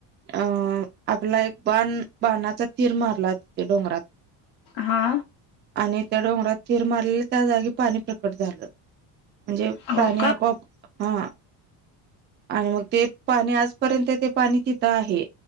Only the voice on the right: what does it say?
अ आपला एक बाण बाणाचा तीर मारला. ते डोंगरात.
आणि त्या डोंगरात तीर मारलेले त्या जागी पाणी प्रकट झालं. म्हणजे
पाणी
आपोआप हा आणि मग ते पाणी आजपर्यंत ते पाणी तिथं आहे.